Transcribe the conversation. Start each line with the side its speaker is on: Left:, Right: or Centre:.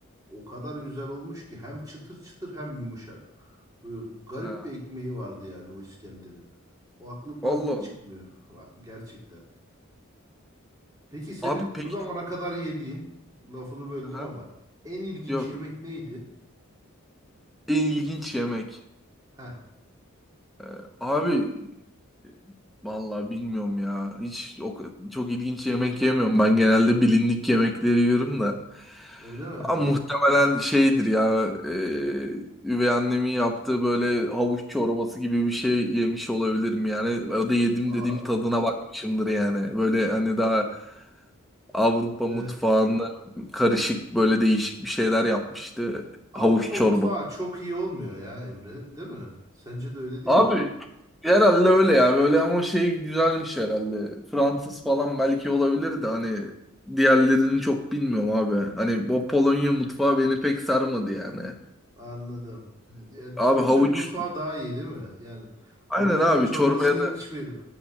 Right: O kadar
Centre: hı. hı.
Right: güzel olmuş ki hem çıtır çıtır hem yumuşak. Böyle garip
Centre: Ha,
Right: bir ekmeği vardı yani o İskender'in. O aklımdan
Centre: Allah
Right: hiç çıkmıyor
Centre: Allah.
Right: la- gerçekten. Peki senin
Centre: Abi
Right: bu
Centre: peki.
Right: zamana kadar yediğin, lafını böldüm
Centre: Aha.
Right: ama en ilginç
Centre: Yok.
Right: yemek neydi?
Centre: En ilginç yemek.
Right: Heh,
Centre: Ee, abi e, vallahi bilmiyorum ya. Hiç o, çok ilginç yemek yemiyorum. Ben genelde bilindik yemekleri yiyorum da.
Right: öyle mi?
Centre: Ama muhtemelen şeydir ya. e, üvey annemin yaptığı böyle havuç çorbası gibi bir şey yemiş olabilirim yani. O da yedim
Right: Aa,
Centre: dediğim tadına bakmışımdır yani. Böyle hani daha Avrupa
Right: evet.
Centre: mutfağında karışık böyle değişik bir şeyler yapmıştı.
Right: Avrupa
Centre: Havuç çorba.
Right: mutfağı çok iyi olmuyor ya Emre, değil mi? Sence de öyle değil
Centre: Abi
Right: mi?
Centre: herhalde öyle ya böyle ama şey güzelmiş herhalde. Fransız falan belki olabilir de hani diğerlerini çok bilmiyorum abi. Hani o Polonya mutfağı beni pek sarmadı yani.
Right: Anladım. Ya,
Centre: Abi
Right: Türk,
Centre: havuç
Right: Türk mutfağı daha iyi değil mi? Yani havucun
Centre: aynen abi
Right: da çorbasını
Centre: çorbaya
Right: içmeyelim.
Centre: da